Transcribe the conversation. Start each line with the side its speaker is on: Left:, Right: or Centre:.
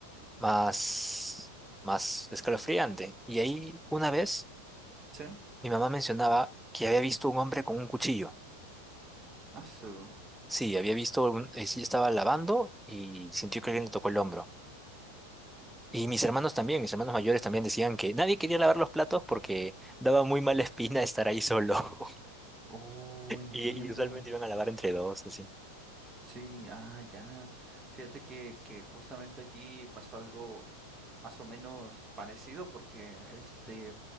Centre: más, más escalofriante. Y ahí una vez
Right: sí.
Centre: mi mamá mencionaba que había visto un hombre con un cuchillo.
Right: Ah, su-
Centre: Sí, había visto, un, eh, sí estaba lavando y sintió que alguien le tocó el hombro. Y mis hermanos también, mis hermanos mayores también decían que nadie quería lavar los platos porque daba muy mala espina estar ahí solo. <laughs>
Right: Oh, entiendo.
Centre: Y, y usualmente iban a lavar entre dos, así.
Right: Sí, ah, ya. Fíjate que, que justamente aquí pasó algo más o menos parecido porque este